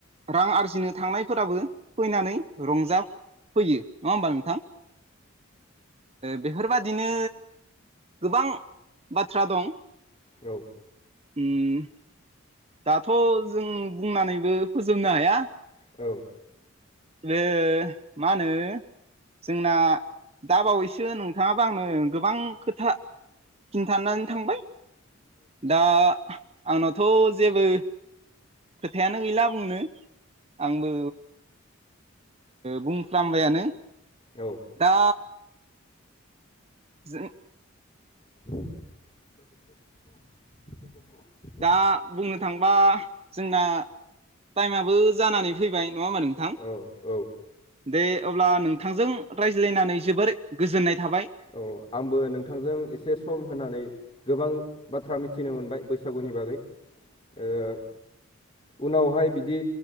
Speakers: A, on the right (about 30°); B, on the left (about 25°).
A: रां आरजिनो थांनायफोराबो फैनानै रंजाफैयो नङा होमबा नोंथां बेफोरबादिनो गोबां बाथ्रा दं
B: औ
A: उम दाथ' जों बुंनानैबो फोजोबनो हाया
B: औ
A: बे मा होनो जोंना दा बावैसो नोंथाङाबो आंनो गोबां खोथा खिन्थानानै थांबाय दा आंनावथ' जेबो खोथायानो गैला बुंनो आंबो बुंफ्रामबायानो
B: औ
A: दा जों
B: <inaudible>
A: दा बुंनो थांबा जोंना टाइमाबो जानानै फैबाय नङा होमबा नों
B: औ औ
A: दे अब्ला नोंथांजों रायज्लायनानै जोबोर गोजोननाय थाबाय
B: औ आंबो नों थांजों एसे सम होनानै गोबां बाथ्रा मिथिनो मोनबाय बैसागुनि बागै ओ उनावहाय बिदि